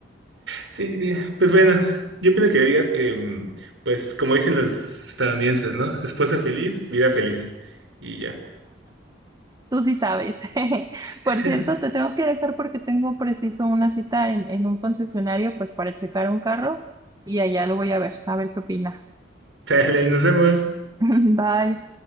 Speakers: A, on the right; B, on the right.
A: Sí, sí. pues bueno, yo opino que digas que, mm, pues como dicen los estadounidenses, ¿no? Esposa feliz, vida feliz. Y ya.
B: Tú sí sabes. <laughs>
A: <laughs>
B: Por cierto, te tengo que dejar porque tengo preciso una cita en, en un concesionario, pues para checar un carro y allá lo voy a ver, a ver qué opina.
A: Sale, nos vemos.
B: <laughs> Bye.